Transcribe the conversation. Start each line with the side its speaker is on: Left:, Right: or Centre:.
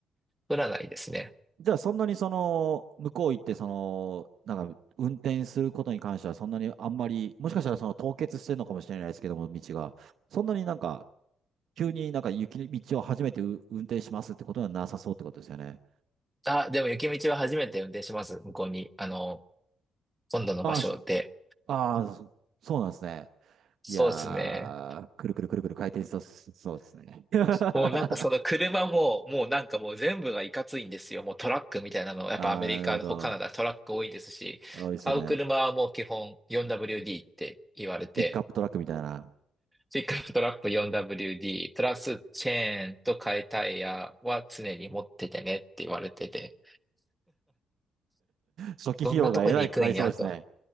Centre: 降らないですね。
Right: じゃあ、そんなにその、向こう行って、その、なんか、運転することに関しては、そんなにあんまり、もしかしたらその凍結してるのかもしれないですけども、道が。そんなになんか、急になんか雪の道を初めてう運転しますってことはなさそうってことですよね。
Centre: あ、でも雪道は初めて運転します。向こうに、あの、今度の場所で。
Right: ああ、そああ、そそうなんですね。
Centre: そうですね。
Right: いやー、くるくるくるくる回転しそう、そうですね。<laughs>
Centre: もうなんかその車も、もうなんかもう全部がいかついんですよ。もうトラックみたいなの、やっぱアメリカ、
Right: ああ、なるほど。
Centre: カナダトラック多いですし、
Right: 多いですよね。
Centre: 買う車はもう基本 4WD って言われて、
Right: ピックアップトラックみたいな。
Centre: ピックアップトラップ 4WD、プラスチェーンと替えタイヤは常に持っててねって言われてて、
Right: 初期費用がえらいかかりそうですね。
Centre: どんなとこに行くんやと。